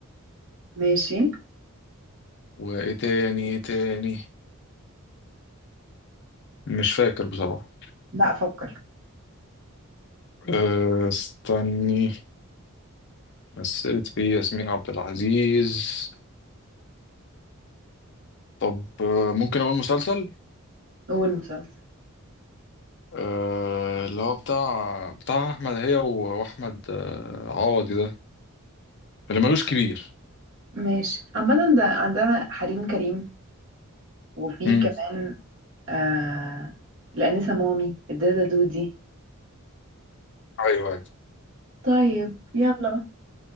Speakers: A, on the right; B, on the left.
A: ماشي
B: وايه تاني ايه تاني مش فاكر بصراحة
A: لا افكر
B: أه، استني مثلت فيه ياسمين عبد العزيز طب أه، ممكن اقول مسلسل
A: اول مسلسل
B: أه، اللي هو بتاع بتاع احمد هي و- واحمد أه، عوضي ده اللي ملوش كبير
A: ماشي عامة ده عندها حريم كريم وفي
B: امم
A: كمان آه الأنسة مامي الدادة دودي
B: ايوه أيوة.
A: طيب يلا